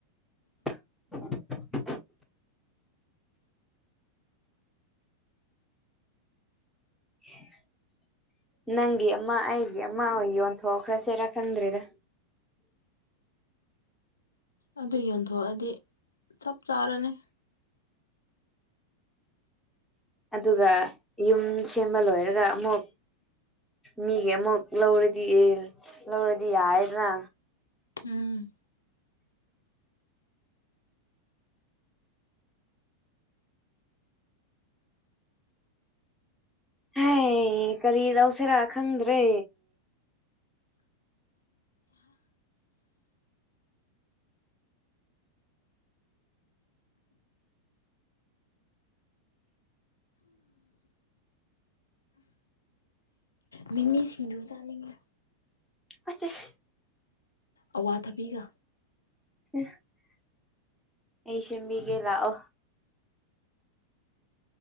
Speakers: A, in the centre; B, on the left (about 75°).
A: <unintelligible> <unintelligible> <unintelligible> <unintelligible> ꯅꯪꯒꯤ ꯑꯃ ꯑꯩꯒꯤ ꯑꯃ ꯑꯣꯏ ꯌꯣꯟꯊꯣꯛꯈ꯭ꯔꯁꯤꯔꯥ ꯈꯪꯗ꯭ꯔꯦꯗ
B: ꯑꯗꯨ ꯌꯣꯟꯊꯣꯛꯑꯗꯤ ꯆꯞ ꯆꯥꯔꯅꯤ
A: ꯑꯗꯨꯒ ꯌꯨꯝ ꯁꯦꯝꯕ ꯂꯣꯏꯔꯒ ꯑꯃꯨꯛ ꯃꯤꯒꯤ ꯑꯃꯨꯛ ꯂꯧꯔꯗꯤ ꯂꯧꯔꯗꯤ ꯌꯥꯌꯦꯗꯅ
B: ꯎꯝ
A: ꯍꯩ ꯀꯔꯤꯗꯧꯁꯤꯔ ꯈꯪꯗ꯭ꯔꯦ
B: ꯃꯤꯃꯤ ꯁꯤꯡꯖꯨ ꯆꯥꯅꯤꯡꯉꯤ
A: ꯑꯆꯦ <unintelligible>
B: ꯑꯋꯥ ꯊꯕꯤꯒ
A: <unintelligible> <unintelligible> ꯑꯩꯁꯦꯝꯕꯤꯒꯦ ꯂꯥꯛꯑꯣ